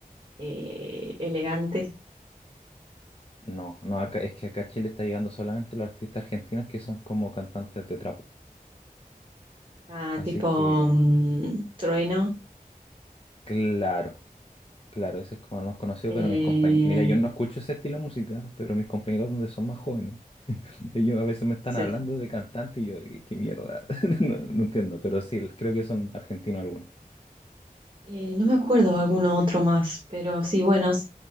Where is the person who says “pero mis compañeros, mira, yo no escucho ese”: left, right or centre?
Left